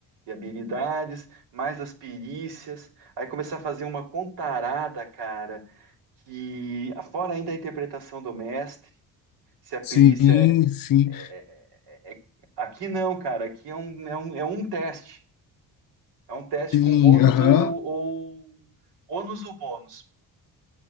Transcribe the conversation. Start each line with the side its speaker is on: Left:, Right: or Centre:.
Right: de habilidades, mais as perícias, aí começar a fazer uma contarada, cara, que fora ainda a interpretação do mestre, se a perícia
Left: sim, sim,
Right: é- é- aqui não, cara. Aqui é um, é um, é um teste. É um teste
Left: sim,
Right: com bônus
Left: aham,
Right: ou, ou... ônus ou bônus.